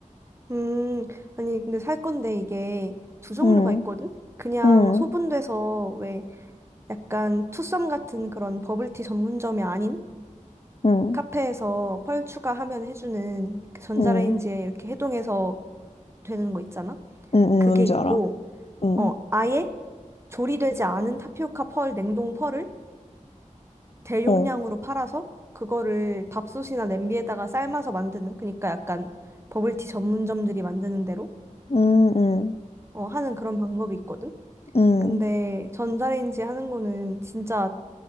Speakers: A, on the right; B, on the left.
A: 음. 아니, 근데 살 건데 이게 두 종류가
B: 응,
A: 있거든? 그냥
B: 응,
A: 소분돼서 왜 약간 투썸 같은 그런 버블티 전문점이 아닌
B: 응,
A: 카페에서 펄 추가하면 해주는 그 전자레인지에
B: 응, 응,
A: 이렇게 해동해서 되는 거 있잖아?
B: 응, 응,
A: 그게
B: 뭔지
A: 있고,
B: 알아. 응,
A: 어, 아예 조리되지 않은 타피오카 펄, 냉동 펄을 대용량으로
B: 어,
A: 팔아서 그거를 밥솥이나 냄비에다가 삶아서 만드는, 그러니까 약간 버블티 전문점들이 만드는 대로
B: 응, 응,
A: 어, 하는 그런 방법이 있거든.
B: 응,
A: 근데 전자레인지 하는 거는 진짜